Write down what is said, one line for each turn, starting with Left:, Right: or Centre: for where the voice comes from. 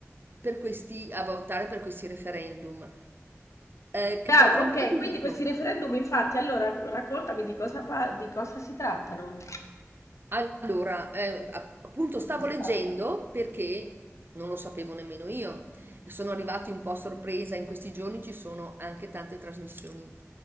Right: per questi, a votare per questi referendum, eh, che
Left: Chiaro,
Right: poi tra
Left: ok,
Right: un po' ti
Left: quindi
Right: dico.
Left: questi referendum, infatti, allora raccontami di cosa, par- di cosa si trattano.
Right: Allora, eh, app- appunto
Left: Di
Right: stavo
Left: cosa
Right: leggendo
Left: trattano.
Right: perché non lo sapevo nemmeno io. Sono arrivati un po' a sorpresa, in questi giorni ci sono anche tante trasmissioni,